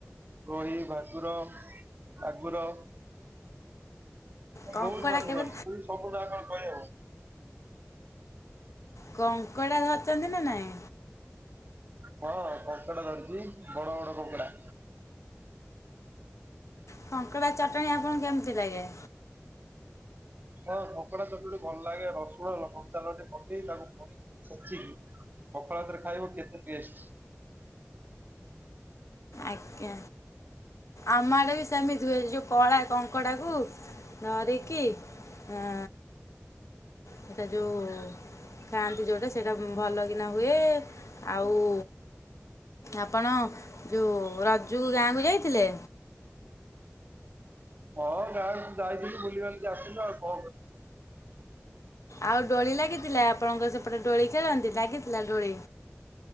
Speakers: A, on the right (about 40°); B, on the left (about 80°).
A: ରୋହି, ଭାକୁର, ମାଗୁର
B: କଙ୍କଡ଼ା
A: ବହୁତ ମାଛ
B: କେବେ
A: ଧରିଛି। ସବୁଗୁଡା କଣ କହିହେବ?
B: କଙ୍କଡ଼ା ଧରିଛନ୍ତି ନା ନାଇଁ?
A: ହଁ କଙ୍କଡ଼ା ଧରିଛି ବଡ ବଡ କଙ୍କଡ଼ା।
B: କଙ୍କଡ଼ା ଚଟଣି ଆପଣଙ୍କୁ କେମିତି ଲାଗେ?
A: ହଁ କଙ୍କଡ଼ା ଚଟୁଆଣି ଭଲଲାଗେ, ରସୁଣ ଲ କଞ୍ଚାଲଙ୍କା ପକେଇ ତାକୁ ପୋଡିକି ଛେଚିକି ପଖାଳ ଭାତରେ ଖାଇବ କେତେ ଟେଷ୍ଟ।
B: ଆଜ୍ଞା। ଆମ ଆଡ଼େ ବି ସେମିତି ହୁଏ। ଯୋଉ କଳା କଙ୍କଡ଼ାକୁ ଧରିକି ଆ ସେଇଟା ଯୋଉ ଖାଆନ୍ତି, ଯୋଉଟା ସେଇଟା ଭଲ କିନା ହୁଏ। ଆଉ ଆପଣ ଯୋଉ ରଜକୁ ଗାଁକୁ ଯାଇଥିଲେ?
A: ହଁ ଗାଁକୁ ଯାଇଥିଲି ବୁଲିିବାଲିିକି ଆସିଲୁ ଆଉ କଣ କରିବୁ।
B: ଆଉ ଡୋଳି ଲାଗିଥିଲା। ଆପଣଙ୍କ ସେପଟେ ଡୋଳି ଖେଳନ୍ତି ଲାଗିଥିଲା ଡୋଳି?